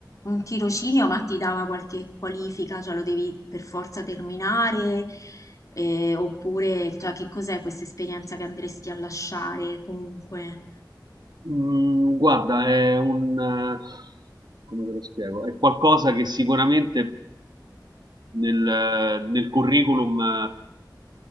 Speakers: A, on the left; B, on the right.
A: Un tirocinio, ma ti dava qualche qualifica, cioè lo devi per forza terminare? Eh, oppure, cioè, che cos'è questa esperienza che andresti a lasciare comunque?
B: Mm, guarda, è un... eh, come te lo spiego? È qualcosa che sicuramente nel, eh, nel curriculum eh,